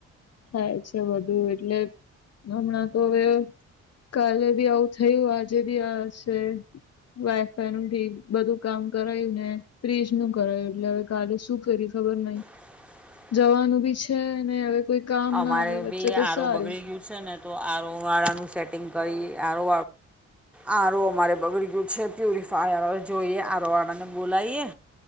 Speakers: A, on the left; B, in the centre.
A: થાય છે વધુ એટલે હમણાં તો હવે કાલે બી આવું થયું આજે બી આશે વાયફાઈ નું ઠીક બધું કામ કરાયું ને ફ્રીજ નું કરાયું એટલે હવે કાલે શું કરી ખબર નહી
B: <inaudible>
A: જવાનું બી છે ને હવે કોઈ કામ
B: અમારે
A: ના આવે વચ્ચે
B: બી
A: તો
B: આરોું
A: સારું
B: બગડી ગયું છે ને તો આરોવાળાનું સેટિંગ કરી આરો આ રો અમારે બગડી ગયું છે પ્યુરિફાયરવે જોઈએ આ રો આળાને બોલાવીએ.